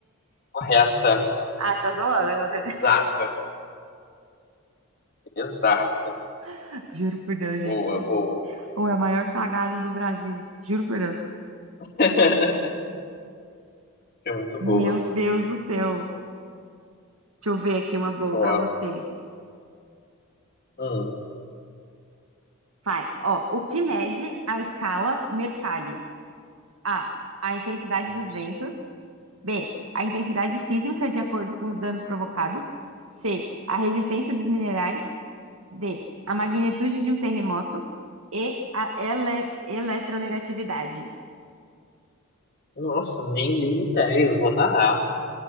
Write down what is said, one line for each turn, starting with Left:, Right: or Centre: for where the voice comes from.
Left: correta,
Right: Ah, você tá zoando, você...
Left: exata, exata.
Right: <laughs> Juro por Deus, gente.
Left: Boa, boa.
Right: Ou é a maior cagada do Brasil. Juro por Deus.
Left: <laughs> é muito boa.
Right: Meu Deus do céu. Deixa eu ver aqui uma boa
Left: Ó,
Right: pra você.
Left: hum,
Right: Vai. Ó, o que mede a escala Mercalli? A. A intensidade
Left: nossa.
Right: dos ventos. B. A intensidade sísmica de acordo com os danos provocados. C. A resistência dos minerais. D. A magnitude de um terremoto. E. A ele eletronegatividade.
Left: Nossa, nem, nem ideia, eu vou na A.